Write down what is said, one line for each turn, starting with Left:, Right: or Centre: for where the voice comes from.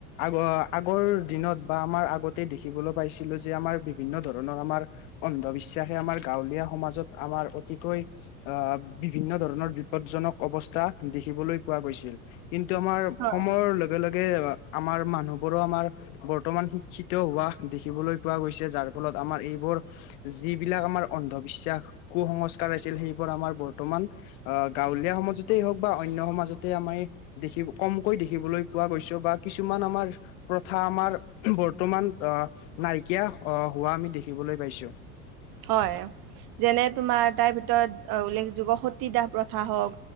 Left: আগ-আগৰ দিনত বা আমাৰ আগতে দেখিবলৈ পাইছিলো যে আমাৰ বিভিন্ন ধৰণৰ আমাৰ- অন্ধবিশ্বাসে আমাৰ গাঁৱলীয়া সমাজত আমাৰ অতিকৈ- আহ' বিভিন্ন ধৰণৰ বিপদজনক অৱ- স্থা দেখিবলৈ পোৱা গৈছিল। কিন্তু আমাৰ
Right: হয়
Left: সময়ৰ ল- লগে-লগে আমাৰ মানুহবোৰো আমাৰ- বৰ্তমান শিক্ষিত হোৱা দেখিবলৈ পোৱা গৈছে, যাৰ ফলত আমাৰ এইবোৰ- যিবিলাক আমাৰ অন্ধবিশ্বাস, কুসংস্কাৰ আছিল, সেইবোৰ আমাৰ বৰ্তমান- আহ', গাঁৱলীয়া সমাজ- তে হওঁক বা অন্য সমাজতে আমাৰ এই দেখি কমকৈ দেখিবলৈ পোৱা গৈছেও বা কিছুমান আমাৰ প্ৰথা আমাৰ বৰ্তমান অহ নাইকিয়া অহ' হোৱা আমি দেখিবলৈ পাইছো।
Right: হয়, যেনে তোমাৰ তাৰ ভিতৰত উল্লেখযোগ্য সতীদাহ প্ৰথা হওঁক